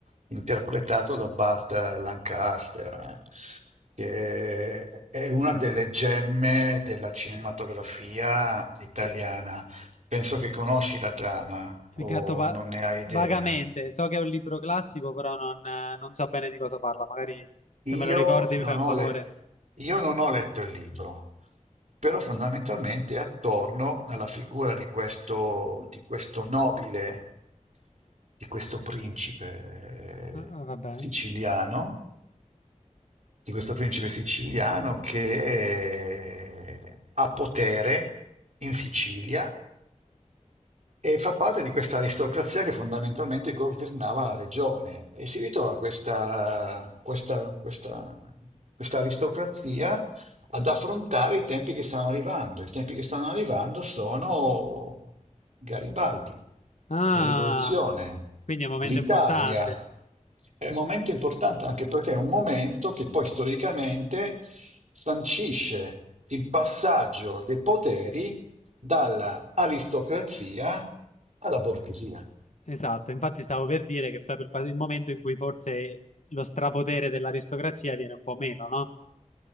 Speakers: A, on the right; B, on the left.
A: interpretato da Bart Lancaster. eh che è una delle gemme della cinematografia italiana. Penso che conosci la trama o
B: Il gatto va-
A: non ne hai idea.
B: vagamente, so che è un libro classico, però non, eh, non so bene di cosa parla. Magari se me lo
A: Io
B: ricordi mi
A: non
B: fai un
A: ho,
B: favore.
A: le- io non ho letto il libro, però fondamentalmente è attorno alla figura di questo, di questo nobile, di questo principe
B: Ah, vabbè.
A: siciliano, di questo principe siciliano che ha potere in Sicilia e fa parte di questa aristocrazia che fondamentalmente governava la regione e si ritrova questa, questa- questa- questa aristocrazia ad affrontare i tempi che stanno arrivando. I tempi che stanno arrivando sono Garibaldi,
B: Ah,
A: la rivoluzione,
B: quindi è un momento
A: l'Italia.
B: importante.
A: È un momento importante anche perché è un momento che poi storicamente sancisce il passaggio dei poteri dalla aristocrazia alla borghesia.
B: Esatto, infatti stavo per dire che è proprio il, pa- il momento in cui forse lo strapotere dell'aristocrazia viene un po' meno, no?